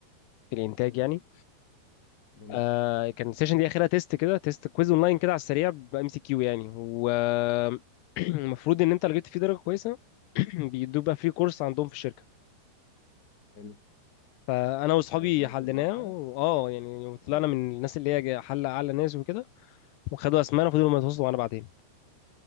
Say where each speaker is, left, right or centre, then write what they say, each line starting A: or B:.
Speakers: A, on the left; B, on the left.
A: في الإنتاج يعني
B: جميل
A: آه كان السيشن دي اخرها تيست كده تيست كويز اونلاين كده على السريع بام سي كيو يعني والمفروض <clears throat> ان انت لو جبت فيه درجه كويسه <clears throat> بيدوك بقى فري كورس عندهم في الشركه
B: حلو
A: فانا واصحابي
B: آه، ظبطت
A: حليناه
B: معاك حاجة؟
A: واه يعني وطلعنا
B: اه
A: من الناس اللي هي جا- حل اعلى ناس وكده وخدوا اسمائنا وفضلوا ما يتواصلوا معانا بعدين